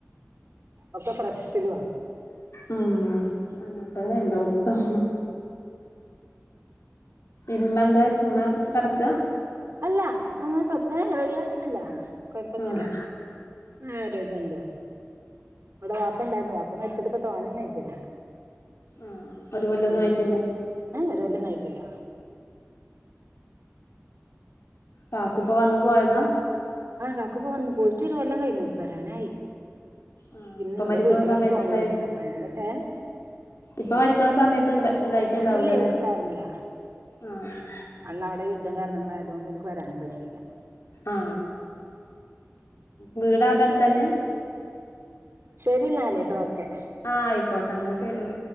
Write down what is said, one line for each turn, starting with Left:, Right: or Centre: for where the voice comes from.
Right: ഒക്കെ ഫ്രഷില് വേണം.
Left: ഉം അങ്ങനെത്തന്നെ എല്ലോടുത്തും. ഇമ്മന്തേ ഇമ്മ കെടക്കാ?
Right: അല്ല അങ്ങനെ കൊഴപ്പ വയ്യായ്ക ഒന്നുല്ല കൊഴപ്പൊന്നില്ല
Left: ആഹ്
Right: ആരോഗ്യുണ്ട് ഇവിടെ വാപ്പ ഇണ്ടായിരുന്നു വാ പ്പ മരിച്ചിട്ടിപ്പോ തോനെയൊന്നും ആയിട്ടില്ല.
Left: ആഹ് ഒരു കൊല്ലൊന്നും
Right: എന്നാ
Left: ആയിട്ടില്ലേ
Right: ആഹ് ഒരു കൊല്ലൊന്നും ആയിട്ടില്ല.
Left: കാക്കുപ്പ വന്നു പോയതാ
Right: ആ കാക്ക്പ്പ വന്നു, പോയിട്ട് ഒരു കൊല്ലം കഴിഞ്ഞു വരാനായി
Left: ആഹ്
Right: ഇന്ന്
Left: ഇപ്പൊ
Right: ഇന്റെ
Left: മരിക്കണ
Right: വീട്ടിലൊന്ന്
Left: സമയത്ത്
Right: പോണം
Left: ഇണ്ടായി
Right: അപ്പൊ അങ്ങനെ ഏ
Left: ഇപ്പൊ മരിക്കണ സമയത്ത് ഇണ്ട് ഇന്നയിക്കേണ്ടാവൂലല്ലേ
Right: ഇല്ല ഓല് ഉണ്ടായിരുന്നില്ല
Left: ങാ ഹ്
Right: അന്ന് അവിടെ യുദ്ധം കാരണങ്ങളയതു കൊണ്ട് ഓര്ക്ക് വരാനും പറ്റീല്ല
Left: ങാ വീട് അവിടെ അടുത്തന്നെ
Right: ശരി എന്നാല്ല് ട്ടോക്കെ
Left: ങാ ആയിക്കോട്ടെ എന്നാ ശെരിന്നാ